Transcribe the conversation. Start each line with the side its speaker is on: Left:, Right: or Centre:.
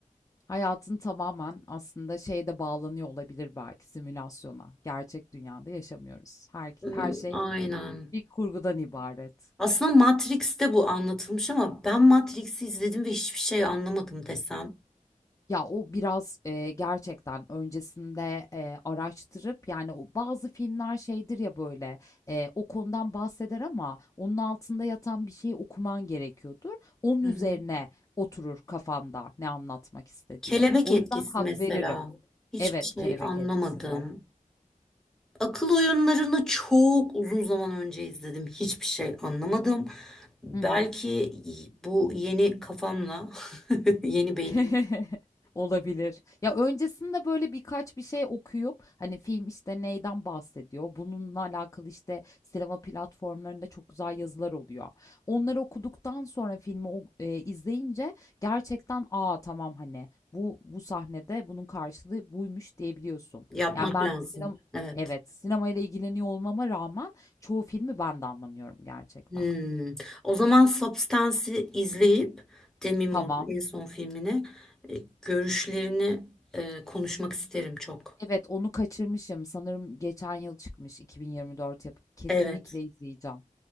Left: Hayatın tamamen aslında şeyde bağlanıyor olabilir belki simülasyona. Gerçek dünyada yaşamıyoruz. Her,
Centre: Hmm,
Left: her şey
Centre: aynen.
Left: bir kurgudan ibaret.
Centre: Aslında Matrix'te bu anlatılmış ama ben Matrix'i izledim ve hiçbir şey anlamadım desem.
Left: Ya, o biraz, eee, gerçekten öncesinde, eee, araştırıp, yani, o bazı filmler şeydir ya, böyle, eee, o konudan bahseder ama onun altında yatan bir şeyi okuman gerekiyordur. Onun
Centre: Hı
Left: üzerine
Centre: hı.
Left: oturur kafanda ne anlatmak istediği.
Centre: Kelebek
Left: O
Centre: etkisi
Left: yüzden hak
Centre: mesela.
Left: veririm.
Centre: Hiçbir
Left: Evet,
Centre: şey
Left: Kelebek
Centre: anlamadım.
Left: Etkisi de.
Centre: Akıl oyunlarını çok uzun zaman önce izledim. Hiçbir şey anlamadım. Belki
Left: Hı hı.
Centre: bu yeni kafamla, <laughs> yeni beynim
Left: <laughs> Olabilir. Ya, öncesinde, böyle, birkaç bir şey okuyup, hani, film, işte, neyden bahsediyor, bununla alakalı, işte, sinema platformlarında çok güzel yazılar oluyor. Onları okuduktan sonra filmi o eee, izleyince gerçekten, "A, tamam, hani, bu bu sahnede bunun karşılığı buymuş." diyebiliyorsun.
Centre: yapmak
Left: Yani, ben
Centre: lazım.
Left: sinem
Centre: Evet.
Left: Evet, sinemayla ilgileniyor olmama rağmen çoğu filmi ben de anlamıyorum gerçekten.
Centre: Hmm. O zaman Substance'i izleyip Demi Hı. Moore'un
Left: Tamam.
Centre: en son filmini e, görüşlerini e, konuşmak isterim çok.
Left: Evet, onu kaçırmışım. Sanırım geçen yıl çıkmış 2024 yapımı. Kesinlikle
Centre: Evet,
Left: izleyeceğim.